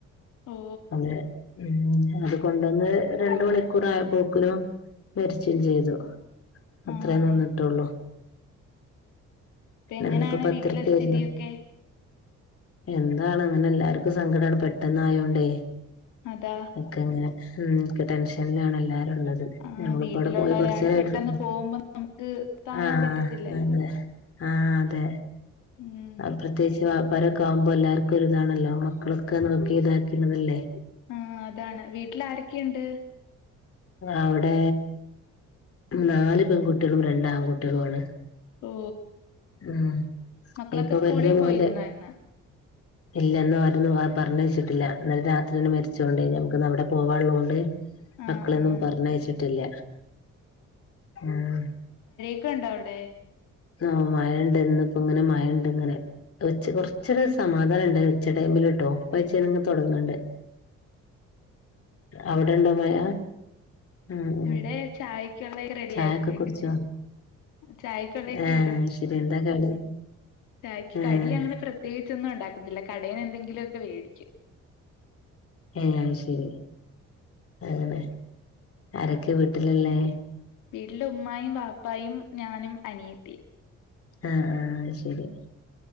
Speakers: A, on the left (about 90°); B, on the left (about 50°).
A: ഓ
B: അതെ ഉ അതുകൊണ്ടന്ന് രണ്ട മണിക്കൂർ ആയപ്പോോ ക്ക മരിച്ചയും ചെയ്തു അത്രേ
A: ആഹ്
B: നിന്നിട്ടുള്ളൂ
A: ഇപ്പ എങ്ങനെയാണ്
B: ഇന്നിപ്പോൊ പത്തരക്കായിരുന്നു
A: വീട്ടിലെ സ്ഥിതിയൊക്കെ
B: എന്താണ് അങ്ങനെ എല്ലാർക്കും സങ്കടാണ് പെട്ടെന്ന് ആയോണ്ടേ!
A: അതാ
B: ക്കെങ്ങനെെ ടെൻഷനിലാണല്ലാരും ള്ളത്
A: ആഹ്
B: നമ്മളിപ്പോവിടെ
A: വീട്ടിലുള്ള
B: പോയി കുറച്ച
A: ഒരാള്
B: നേരായിട്ട്
A: പെട്ടെന്ന് പോകുമ്പോ നമുക്ക് താങ്ങാൻ
B: ആഹ
A: പറ്റത്തില്ലല്ലോ
B: അതെ ആഹ അതെ
A: ഉം
B: പ്രത്യേകിച്ച് വ്യാപാരൊക്കെ ആകുമ്പോൾ എല്ലാർക്കുംരി ഇതാണല്ലോ മക്കളൊക്കെ നോക്കി ഇതാക്കണതല്ലേ
A: ആഹ അതാണ് വീട്ടിൽ ആരൊക്കെയുണ്ട്?
B: അവിടെ നാല് പെൺകുട്ടികളും, രണ്ട ആൺകുട്ടികളുണ്
A: ഓ
B: ഉം
A: മക്കളൊക്കെ
B: ഇയിപ്പൊ
A: സ്കൂളിൽ
B: വലിയ മോന്റെ
A: പോയിരുന്നോ ഇന്ന്
B: ഇല്ലന്നും ആരൊന്നും പറഞ്ഞഞ് വെച്ചിട്ടില്ല എന്നാല് രാത്രി തന്നെ മരിച്ചോണ്ടേ ഞമക്ക് അവിടെ പോവാള്ളൂണ്ട്
A: ആഹ്
B: മക്കളൊന്നും
A: ആഹ്
B: പറഞ്ഞയച്ചിട്ടില്ല, മം
A: ഒക്ക ഉണ്ട അവിടെ
B: ആഹ മഴുണ്ട് ഇന്ന് ഇപ്പോ ഇങ്ങനെ മഴുണ്ട് ഇങ്ങനെ ഉ കൊറച്ച സമാധാനം ഉണ്ട ഉച്ചടൈമില് ട്ടോ <unintelligible> തുടങ്ങണ്ട്
A: അ
B: അവിടെണ്ടമഴ? ഉ ഉ
A: ഇവിടെ ചായക്കുള്ള റെഡി
B: ചായൊക്കെ
A: ആക്കുകയൊക്കെ
B: കുറച്ച്?
A: ചെയ്യും ചായക്കുള്ളയൊക്കെ
B: ആഹ ശരി എന്താ കടി
A: ചായ്ക്കി
B: ആഹ്
A: കടി അങ്ങനെ പ്രത്യേകിച്ചൊന്നും ഉണ്ടാക്കത്തില്ല കടേന്ന് എന്തെങ്കിലുമ ഒക്കെ വേട ക്കും
B: ഏ ശരി അങ്ങനെ ആരൊക്കെ വീട്ടിലല്ലേ
A: വീട്ടില ഉമ്മായും പാപ്പായും ഞാനും അനിയെത്തി
B: ആഹ ആഹ് ശരി